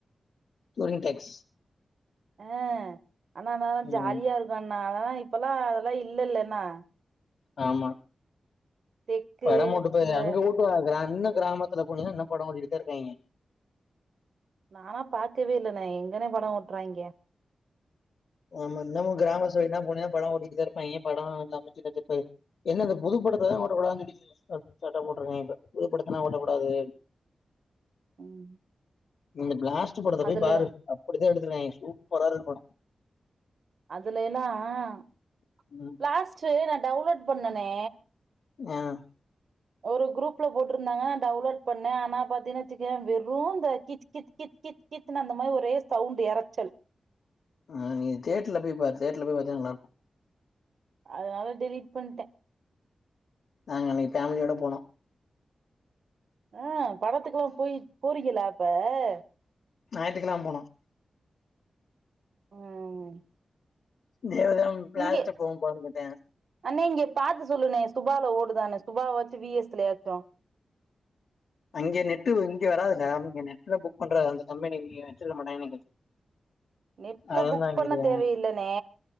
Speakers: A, on the left (about 65°); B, on the right (about 60°).
A: டூரிங் டேக்ஸ்
B: ஆஹ் ஆனா அதான்
A: ம்
B: ஜாலியா இருக்கும் அதெல்லாம் இப்பல்லாம் அதெல்லாம் இல்லல்லன்னா
A: ஆமா
B: தெக்கு
A: படம்போட்டு போது
B: இந்த
A: அங்க ஓட்டுவாம இன்னும் கிராமத்துல போணின்னா இன்னும் படம் ஓட்டிகிட்டே தான் இருக்காங்கே
B: நானா பாக்கவே இல்லனே எங்கனே படம் ஓட்றாங்கே
A: நம்ம இன்னுமும் கிராம சைடு போனன்னா படம் ஓட்டிட்டு தான் இருப்பாங்கே படம் மைச்சு என்ன இந்த புது படத்தை தான் ஓட்டக்கூடாது சட்டம் போட்டிருக்காங்கே இப்ப புதுப்படத்தைல்லாம் ஓட்டக்கூடாது
B: ம்
A: இந்த பிளாஸ்ட் டு படத்தை போய்
B: அதுல
A: பாரு அப்படி தான் எடுத்துருக்காங்கே <unintelligible>
B: அதுல எல்லாம்
A: ம்
B: பிலாஸ்ட்டு ந டவுன்லோட் பண்ணுணனே
A: ஆஹ்
B: ஒரு குரூப்ல போட்டிருந்தாங்கா டவுன்லோட் பண்ணேன் ஆனா பாத்தீங்கன்னா வச்சுகோயேன் வெறும் இந்த கி கித் கித் கித் கித் அந்த மாதிரி ஒரே சவுண்ட் இரைச்சல்
A: ஆஹ் நீ தேட்ருல போய் பாரு தேட்ருல போய் பாத்தீங்க நல்லாருக்கும்
B: அதனால டெலீட் பண்ணிட்டேன்
A: நாங்க நீ ஃபேமிலியோட போனோம்
B: ஆஹ் படத்துக்குெல்லாம் போய் போறீங்கலா அஹ்
A: ஞாயித்துக்கிழமை போனோம்
B: ம்
A: தேவதம் பிளாஸ்ட்ட
B: இங்கே
A: போகும் போங்கிட்டேன்
B: அண்ணே இங்க பாத்து சொல்லுனே சுபால ஓடுதான்னு சுபாவை வாச்சும் விஎஸ்லயாச்சும்
A: அங்க நெட்டு இங்க வராதுங்க நெட்டுல புக் பண்றது அந்த கம்பெனி வச்சிருக்கமாட்டாங்க நெனக்கிறேன்
B: நெட்ல
A: அத
B: புக்
A: தான்ங்கிறியா
B: பண்ண தேவையில்லண்ணே